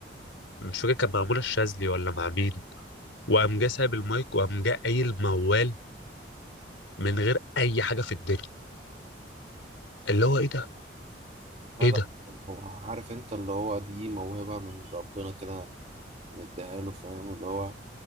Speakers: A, on the left; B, on the right.
A: مش فاكر كان مع منى الشاذلي ولا مع مين وقام جه سايب المايك وقام جه قايل موال من غير اي حاجه في الدنيا اللي هو ايه ده
B: لا
A: ايه
B: لا
A: ده
B: هو عارف انت اللي هو دي موهبة من ربنا كده مديها له فاهم اللي هو